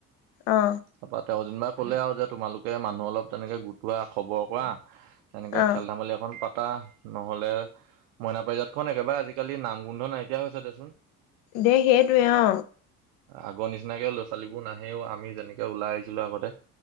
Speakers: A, on the left; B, on the right.
A: অ
B: ত পাতে অজন বা ক'লে আৰু যে তোমালোকে মানুহ অলপ তেনেকে গোটোৱা খবৰ কৰা এনেকে
A: অ
B: খেল ধেমালি এখন প আ নহলে মইনা পাৰজাত খন একেবাৰে আজিকালি নাম গোন্ধ নাইকিয়া হৈছে। চোন
A: দে সেইটোৱে অ
B: আগৰ নিচিনাকে ল'ৰা ছোৱালীবোৰ নাহেও, আমি যেনেকে ওলাই আহিছিলো আগতে।